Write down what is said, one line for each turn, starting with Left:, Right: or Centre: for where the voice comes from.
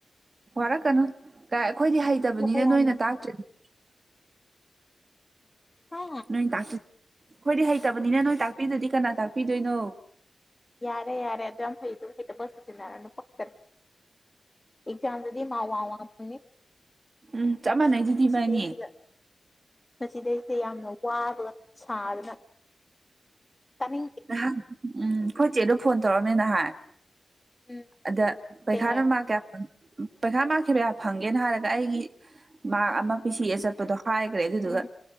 Right: ꯋꯥꯔꯛꯀꯅꯨ ꯀꯥꯏ ꯑꯩꯈꯣꯏꯗꯤ ꯍꯩꯇꯕꯅꯤꯅ
Left: ꯋꯥꯏ ꯌꯥꯝꯅ
Right: ꯅꯣꯏꯅ ꯇꯥꯛꯇ꯭ꯔꯗꯤ
Left: ꯍꯥ
Right: ꯅꯣꯏ ꯇꯥꯛꯇ ꯑꯩꯈꯣꯏꯗꯤ ꯍꯩꯇꯕꯅꯤꯅ ꯅꯣꯏ ꯇꯥꯛꯄꯤꯗꯗꯤ ꯀꯅꯥ ꯇꯥꯛꯄꯤꯗꯣꯏꯅꯣ
Left: ꯌꯥꯔꯦ ꯌꯥꯔꯦ ꯑꯗꯨ ꯌꯥꯝ ꯍꯩꯗꯨꯕꯨ ꯍꯩꯇꯕ ꯁꯥꯁꯤꯟꯅꯔꯅꯨ ꯄꯛꯇꯔꯦ ꯑꯦꯛꯖꯥꯝꯗꯗꯤ ꯃꯥꯛ ꯋꯥꯡ ꯋꯥꯡ ꯐꯪꯅꯤ
Right: ꯎꯝ ꯆꯞ ꯃꯥꯟꯅꯩꯗꯨꯗꯤ ꯏꯕꯥꯅꯤ
Left: ꯁꯤꯗꯩꯁꯤꯗ ꯃꯁꯤꯗꯩꯁꯤꯗ ꯌꯥꯝꯅ ꯋꯥꯕꯒ ꯁꯥꯗꯅ ꯇꯥꯅꯤꯡꯗꯦ
Right: ꯅꯍꯥꯟ ꯎꯝ ꯑꯩꯈꯣꯏꯆꯦꯗꯣ ꯐꯣꯟ ꯇꯧꯔꯝꯃꯦ ꯅꯍꯥꯟ
Left: ꯎꯝ
Right: ꯑꯗ ꯄꯩꯈꯥꯅ
Left: ꯀꯩ ꯍꯥꯏꯕ
Right: ꯃꯥꯛ ꯀꯌꯥ ꯑꯡ ꯎꯝ ꯄꯩꯈꯥ ꯃꯥꯛꯀꯤ ꯀꯌꯥ ꯐꯪꯒꯦꯅ ꯍꯥꯏꯔꯒ ꯑꯩꯒꯤ ꯃꯥꯛ ꯑꯃ ꯄꯤꯁꯤ ꯑꯆꯠꯄꯗꯣ ꯍꯥꯏꯒ꯭ꯔꯦ ꯑꯗꯨꯗꯨꯒ
Left: ꯎꯝ